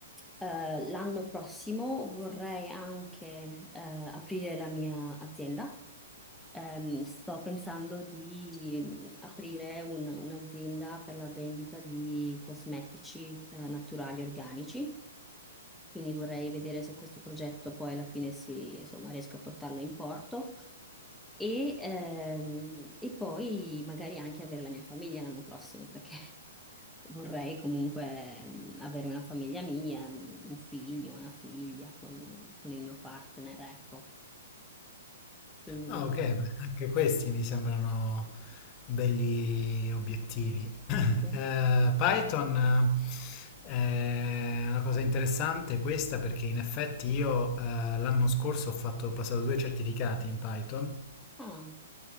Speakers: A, in the centre; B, on the left.
A: eh, l'anno prossimo vorrei anche eh, aprire la mia azienda. Ehm, sto pensando di aprire un- un'azienda per la vendita di cosmetici eh, naturali organici. Quindi vorrei vedere se questo progetto poi alla fine si, insomma, riesco a portarlo in porto. E, ehm, e poi magari anche avere la mia famiglia l'anno prossimo, perché <laughs> vorrei comunque mm, avere una famiglia mia, mm, un figlio, una figlia con, con il mio partner, ecco. Quindi,
B: Ah, ok, beh, anche questi mi sembrano belli obiettivi. <clears throat>
A: sì.
B: Eh, Python eh, è una cosa interessante questa perché in effetti io eh, l'anno scorso ho fatto, ho passato due certificati in Python
A: Ah,